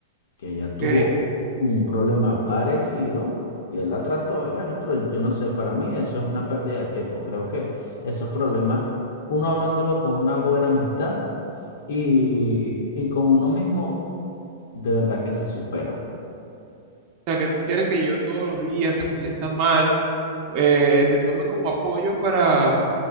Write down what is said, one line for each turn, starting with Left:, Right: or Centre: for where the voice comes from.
Left: que ella tuvo
Right: ok.
Left: un problema parecido y él la trató. Y bueno, pero yo no sé, para mí eso es una pérdida de tiempo. Creo que esos problemas, uno hablándolo con una buena amistad y, y con uno mismo, de verdad que se superan.
Right: O sea, que tú quieres que yo todos los días, que me sienta mal, eh, te tome como apoyo para,